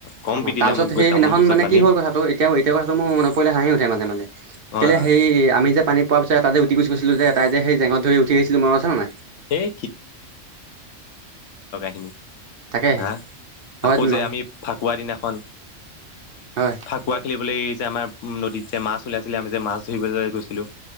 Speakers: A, on the left (about 75°); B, on the right (about 55°).
A: কম
B: অ,
A: পিটিলে
B: তাৰপিছত
A: মোক
B: সেই
A: তামোল
B: সিদিনাখন
A: গছত
B: মানে
A: বান্ধি
B: কি হ'ল কথাটো এতিয়াও-এতিয়াও কথাটো মোৰ মনত পৰিলে, হাঁহি উঠে মাজে-মাজে
A: হয়
B: কেলে
A: হয়
B: হেৰি আমি যে পানীত পৰা পিছত তাতে যে ওটি গৈছোঁ-গৈছিলো যে, তাক যে সেই জেঙত ধৰি উঠি আহিছিলো, মনত আছে নাই?
A: এই এনেই,
B: তাকেহে
A: হা
B: হয়
A: আকৌ যে
B: ন
A: আমি ফাকুৱা দিনাখন
B: হয়
A: ফাকুৱা খেলিবলৈ এই যে আমাৰ, নদীত যে মাছ উলাইছিলে, আমি যে মাছ ধৰিবলৈ গৈছিলো। গৈছিলোঁ,